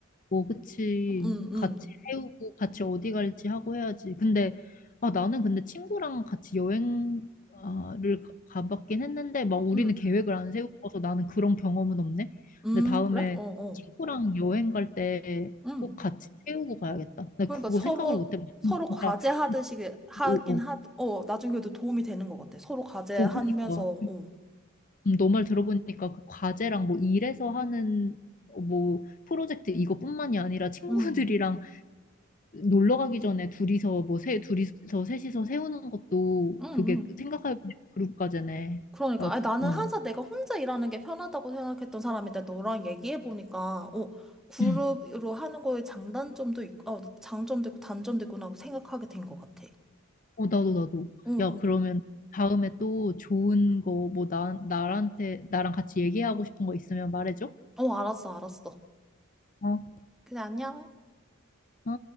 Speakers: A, on the left (about 40°); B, in the centre.
A: 뭐, 그치.
B: 음, 음,
A: 같이 세우고, 같이 어디 갈지 하고 해야지. 근데, 아, 나는 근데 친구랑 같이 여행을 가- 가봤긴 했는데, 막 우리는
B: 음,
A: 계획을 안 세우고서 나는 그런 경험은 없네.
B: 음,
A: 근데 다음에
B: 그래? 어, 어.
A: 친구랑 여행 갈 때
B: 음.
A: 꼭 같이 세우고 가야겠다. 근데
B: 그러니까
A: 그거
B: 서로,
A: 생각을 못 해봤어.
B: 서로
A: 근데 진짜,
B: 과제 하듯이 하긴
A: 오, 오,
B: 하, 어, 나중에도 도움이 되는 것 같아. 서로 과제
A: 오,
B: 하면서,
A: 그니까.
B: 어.
A: 음, 너말 들어보니까 그 과제랑 뭐 일에서 하는 뭐 프로젝트 이거뿐만이 아니라 친구들이랑
B: 응
A: 놀러 가기 전에 둘이서 뭐 세, 둘이서 셋이서 세우는 것도
B: 응
A: 그게
B: 응
A: 생각해보니 그룹 과제네.
B: 그러니까.
A: 야,
B: 아니, 나는
A: 응.
B: 항상 내가 혼자 일하는 게 편하다고 생각했던 사람인데, 너랑 얘기해보니까, 어, 그룹으로
A: 응.
B: 하는 거에 장단점도 있고, 어, 장점도 있고, 단점도 있구나 하고 생각하게 된 것 같아.
A: 어, 나도 나도.
B: 응,
A: 야,
B: 응.
A: 그러면 다음에 또 좋은 거 뭐 나, 나한테 나랑 같이 얘기하고 싶은 거 있으면 말해줘.
B: 어, 알았어, 알았어.
A: 어?
B: 그래, 안녕.
A: 어?